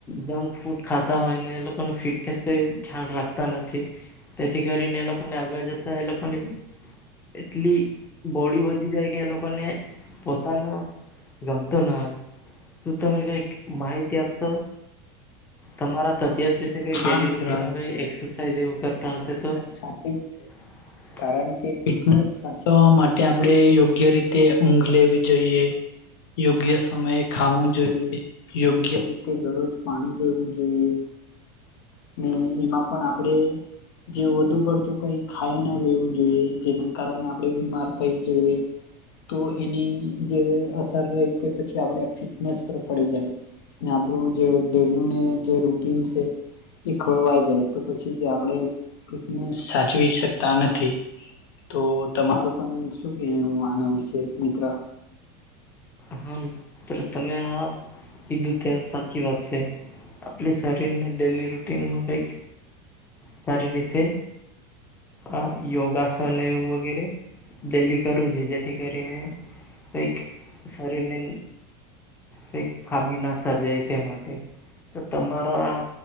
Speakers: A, on the left (about 15°); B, on the left (about 75°).
A: જંક ફૂડ ખાતા હોય ને લોકો ને ફિટનેસ કઈ ધ્યાન રાખતા નથી તેથી કરીને એ લોકોને આગળ જતા એ લોકોને એટલી બોડી વધી જાય કે એ લોકોને પોતાનો ગમતો ના હો. શું તમે કઈક માહિતી આપશો? તમારા તબિયત કશે કઈ ડેલી
B: હા મિત્ર
A: રૂટીનમાં કઈ એક્સરસાઇઝ એવું કરતા હશે તો?
B: સાચુ જ છે.
A: હ <unintelligible>
B: કારણ કે ફિટનેસ સાસવા માટે આપણે યોગ્ય રીતે ઊંઘ લેવી જોઈએ. યોગ્ય સમયે ખાવું જોઈએ. યોગ્ય રીતે દરરોજ પાણી લેવું જોઈએ. ને એમાં પણ આપડે જે વધુ પડતું કઈ ખાઈ ના લેવું જોઈએ જેના કારણે આપણે બીમાર થઈ જઈએ. તો એની જે અસર રહી તે પછી આપણે ફિટનેસ પર પડી જાય. ને આપણું જે ડેલીને જે રૂટીન છે. એ ખોળવાઈ જાય તો પછી જે આપણે ફિટનેસ સાચવી શકતા નથી. તો તમારું પણ શું કહે હું આના વિશે મિત્ર?
A: હા તો તમે આ કીધું ત્યાં સાચી વાત છે. આપલી શરીર ને ડેલી રૂટીનમાં કઈ સારી રીતે આ યોગાસન વગેરે ડેલી કરવું છે જેથી કરીને કઈક શરીરને કઈક ખામી ના સર્જાય તે માટે. તો તમારા